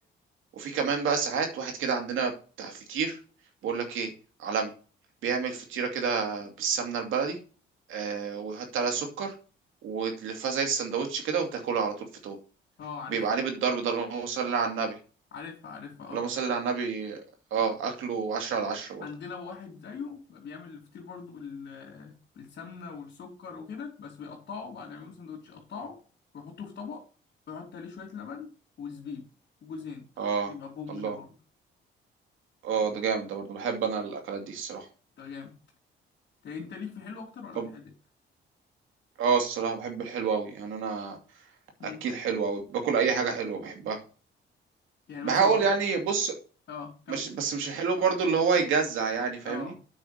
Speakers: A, on the right (about 80°); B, on the left (about 60°).
A: وفي كمان بقى ساعات واحد كده عندنا بتاع فطير بقول لك ايه عالمي بيعمل فطيرة كده بالسمنة البلدي آه ويحط عليها سكر وتلفها زي السندوتش كده وتاكلها على طول فطور
B: اه عارفها
A: بيبقى عليه بالضرب ده اللهم صل على النبي
B: عارفها عارفها
A: اللهم
B: اه
A: صل على النبي اه اكله عشرة على عشرة برضه
B: عندنا بقى واحد زيه بقى بيعمل الفطير برضه بال... بالسمنه والسكر وكده بس بيقطعه بعد ما يعملوا سندوتش يقطعه ويحطه في طبق ويحط عليه شويه لبن وزبيب وجوز هند
A: اه
B: يبقى بوم
A: الله
B: ده برضه
A: اه ده جامد ده برضه بحب انا الاكلات دي الصراحة
B: ده جامد طب انت ليك في الحلو اكتر ولا
A: طب
B: الحادق
A: اه الصراحة بحب الحلو أوي يعني أنا
B: امم
A: أكيل حلو أوي باكل أي حاجة حلوة بحبها
B: يعني
A: بحاول
B: مثلا لو
A: يعني بص
B: اه كم
A: مش بس مش الحلو برضو اللي هو يجزع يعني فاهمني
B: اه